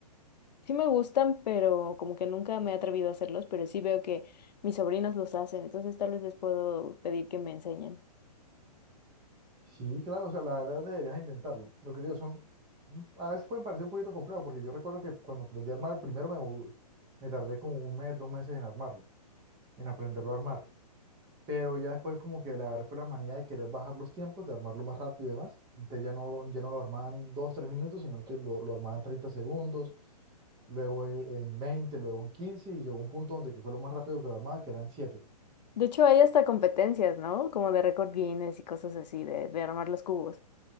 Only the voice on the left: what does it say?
Sí me gustan, pero como que nunca me he atrevido a hacerlos, pero sí veo que mis sobrinos los hacen, entonces tal vez les puedo pedir que me enseñen.
De hecho, hay hasta competencias, ¿no? Como de récord Guinness y cosas así, de, de armar los cubos.